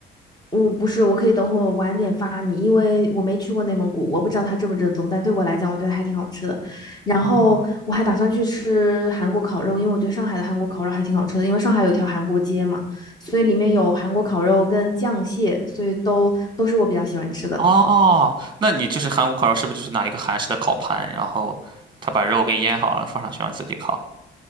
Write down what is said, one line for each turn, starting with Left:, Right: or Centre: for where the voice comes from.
Left: 我不是，我可以等会儿晚点发你，因为我没去过内蒙古，我不知道它正不正宗，但对我来讲，我觉得还挺好吃的。然后我还打算去吃韩国烤肉，
Right: 啊
Left: 因为我觉得上海的韩国烤肉还挺好吃的，因为上海有一条韩国街嘛，所以里面有韩国烤肉跟酱蟹，所以都都是我比较喜欢吃的。
Right: 哦。那你就是韩国烤肉，是不是就是拿一个韩式的烤盘，然后他把肉给腌好了放上去，让你自己烤？